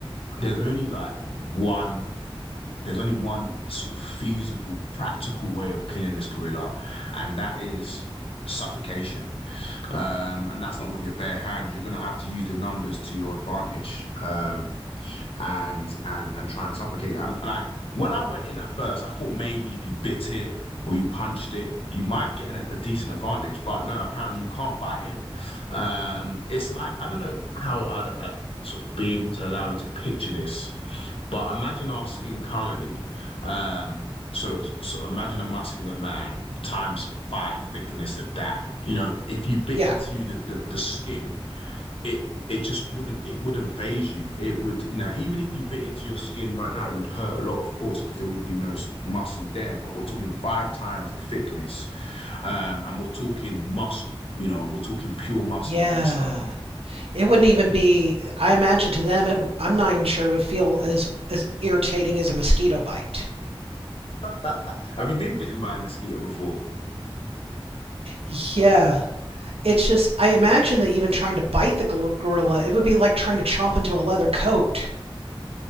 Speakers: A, on the left; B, on the right.
A: there's only like one there's only one sort of feasible, practical way of killing this gorilla, and that is suffocation. Um, and that's not with your bare hands. You're going to have to use the numbers to your advantage. Um, and and and try and suffocate. I'm like when I went in at first, I thought maybe if you bit it or you punched it, you might get an, a decent advantage. But no, apparently you can't bite it. Um, it's like I don't know how I'd, I'd sort of be able to allow you to picture this, but imagine our skin currently. Um, so so imagine a muscular man times five thickness of that. You know, if you bit
B: Yeah,
A: into the the, the skin it it just wouldn't it wouldn't phase you. It would, you know, even if you bit into your skin right now, it would hurt a lot, of course, because there would be no sort of muscle there. But we're talking five times the thickness, um, and we're talking muscle. You know, we're talking pure muscle
B: yeah.
A: here. So,
B: it wouldn't even be i imagine to them it, i'm not even sure it would feel as as irritating as a mosquito bite
A: <laughs> have you been bitten by a mosquito before?
B: yeah it's just i imagine that even trying to bite the gorilla it would be like trying to chomp into a leather coat